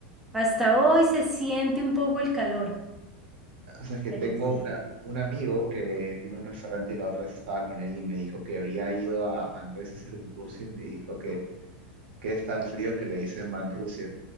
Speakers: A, in the centre; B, on the right.
A: Hasta hoy se siente un poco el calor,
B: O sea que
A: pero
B: tengo
A: sí.
B: una, un amigo que tiene un restaurante y la otra vez estaba con él y me dijo que había ido a Manresa a hacer un curso y me dijo que que es tan frío que le dicen Manrusia.